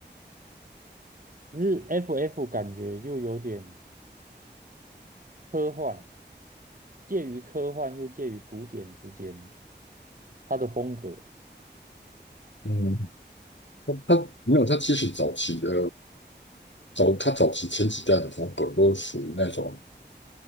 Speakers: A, on the right (about 50°); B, on the left (about 80°).
A: 日 FF 感觉又有点科幻，介于科幻又介于古典之间，它的风格。
B: 嗯，它它没有，它其实早期的早，它早期前几代的风格都属于那种